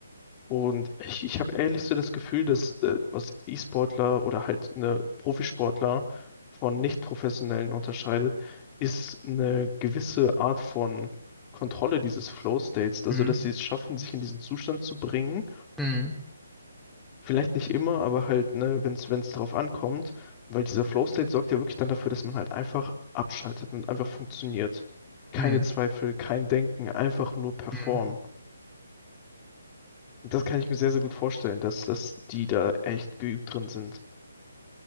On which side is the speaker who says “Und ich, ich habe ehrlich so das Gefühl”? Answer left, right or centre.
Left